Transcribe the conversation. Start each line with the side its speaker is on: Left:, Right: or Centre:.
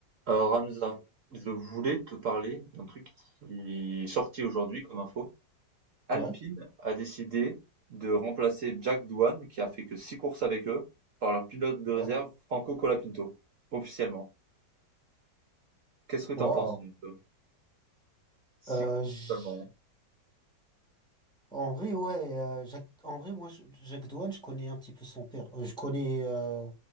Right: Alors Hamza, je voulais te parler d'un truc qui est sorti aujourd'hui comme info. Alpine
Centre: Ouais,
Right: a décidé de remplacer Jack Doohan, qui a fait que six courses avec eux, par leur pilote de réserve
Centre: ouais.
Right: Franco Colapinto, officiellement. Qu'est-ce que t'en
Centre: Waouh.
Right: penses un peu? Six
Centre: Euh,
Right: courses
Centre: j-
Right: seulement.
Centre: En vrai, ouais, euh, Jacques... en vrai, moi, je- Jacques Douane, je connais un petit peu son père. Euh, je connais, euh,